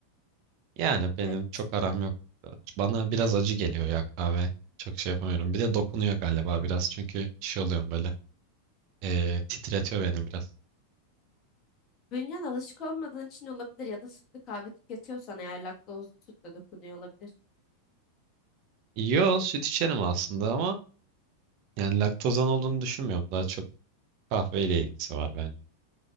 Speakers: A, on the right; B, on the left.
A: Yani benim
B: Evet.
A: çok aram yok. Bana biraz acı geliyor ya kahve. Çok şey yapamıyorum. Bir de dokunuyor galiba biraz. Çünkü şey oluyorum böyle. eee, titretiyor beni biraz.
B: Bünyen alışık olmadığın için olabilir ya da sütlü kahve tüketiyorsan eğer laktozlu sütle dokunuyor olabilir.
A: Yo süt içerim aslında ama yani laktozan olduğunu düşünmüyorum. Daha çok kahveyle ilgisi var bence.